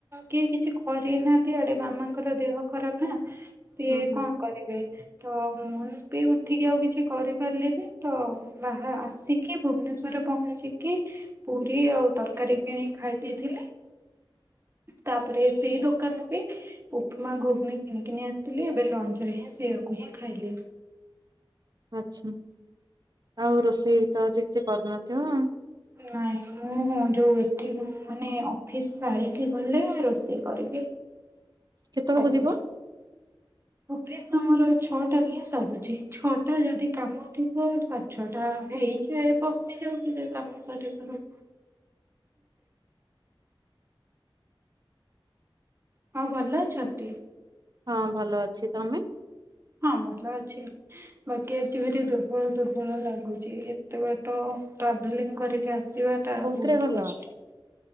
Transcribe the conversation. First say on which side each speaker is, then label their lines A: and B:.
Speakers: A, on the right (about 30°); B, on the right (about 45°).
A: କି କିଛି କରିନାହାନ୍ତି ଆଡେ ମାମାଙ୍କର ଦେହ ଖରାପ ନା ସିଏ
B: ହୁଁ ହୁଁ
A: କଣ କରିବେ? ତ ମୁଁ ବି ଉଠିକି ଆଉ କିଛି କରିପାରିଲିନି ତ ବାହା ଆସିକି ଭୁବନେଶ୍ଵର ପହଞ୍ଚିକି ପୁରୀ ଆଉ ତରକାରୀ କିଣିକି ଖାଇ ଦେଇଥିଲି ତାପରେ ସେଇ ଦୋକାନରୁ ବି ଉପମା ଘୁଗୁନି କିଣିକି ନେଇ ଆସିଥିଲି ଏବେ ଲଞ୍ଚ ରେ ହିଁ ସେଆକୁ ହିଁ ଖାଇଲି
B: ଆଚ୍ଛା ଆଉ ରୋଷେଇ ତ ଆଛି କିଛି କରିନଥିବ
A: ନାଇଁ ମୁଁ ଯୋଉ ଏଠି ମାନେ ଅଫିସ ସାରିକି ଗଲେ ରୋଷେଇ କରିବି
B: କେତେବେଳକୁ
A: ଖାଇବି
B: ଯିବ?
A: ଅଫିସ୍ ଆମର ଛଅଟା ହିଁ ସରୁଛି ଛଅଟା ଯଦି କାମ ଥିବ ସାଡେଛଟା ହେଇଯାଏ ପଶିଯାଉ କାମ ସାରୁ ସାରୁ ହଁ ଭଲ ଅଛନ୍ତି
B: ହଁ ଭଲ ଅଛି ତମେ
A: ହଁ ଭଲ ଅଛି ବାକି ଆଜି ଭାରି ଦୁର୍ବଳ ଦୁର୍ବଳ ଲାଗୁଛି ଏତେ ବାଟ ଟ୍ରାଭେଲିଂ କରିକି ଆ ଆସିବା ଟା
B: କୋଉଥିରେ
A: ବହୁତ
B: ଭଲ?
A: କଷ୍ଟ